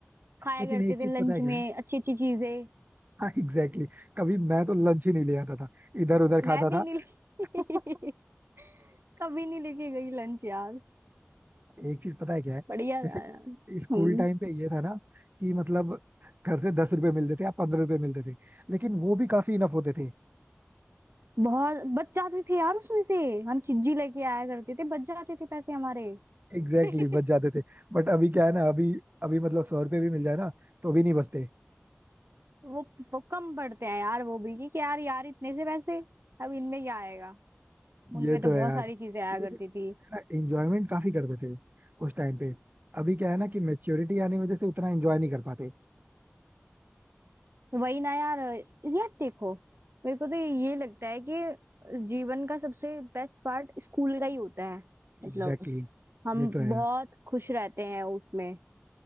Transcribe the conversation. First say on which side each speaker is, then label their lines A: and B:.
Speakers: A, on the right (about 60°); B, on the right (about 40°).
A: खाया
B: लेकिन
A: करते
B: एक
A: थे
B: चीज
A: लंच
B: पता है क्या
A: में
B: है
A: अच्छी अच्छी चीजें
B: हाँ एग्जैक्टली exactly. कभी मैं तो लंच ही नहीं ले आता था इधर उधर
A: मैं
B: खाता
A: भी
B: था
A: नहीं
B: <laughs>
A: <laughs> कभी नहीं लेके गई लंच यार
B: एक चीज पता है क्या है
A: बढ़िया
B: जैसे
A: था यार
B: स्कूल
A: हम्म
B: टाइम पे ये था ना कि मतलब घर से दस रुपए मिलते थे या पंद्रह रुपए मिलते थे लेकिन वो भी काफी इनफ होते थे
A: बहुत बच जाते थे यार उसमें से हम चिज्जी लेके आया करते थे बच जाते थे पैसे हमारे
B: एग्जैक्टली
A: <laughs>
B: <laughs> बच जाते थे बट अभी क्या है ना अभी अभी मतलब सौ रुपए भी मिल जाए ना तो भी नहीं बचते
A: वो, वो कम पड़ते हैं यार वो भी कि, कि यार यार इतने से पैसे अब इनमें क्या आएगा उनमें
B: ये
A: तो
B: तो है
A: बहुत
B: यार
A: सारी चीजें आया करती
B: लेकिन
A: थी
B: ना एंजॉयमेंट काफी करते थे उस टाइम पे अभी क्या है ना कि मेच्योरिटी आने की वजह से उतना एंजॉय नहीं कर पाते
A: वही ना यार यार देखो मेरे को तो ये लगता है कि जीवन का सबसे बेस्ट पार्ट स्कूल का ही होता है मतलब
B: एग्जैक्टली exactly,
A: हम
B: ये तो है
A: बहुत
B: यार
A: खुश रहते हैं उसमें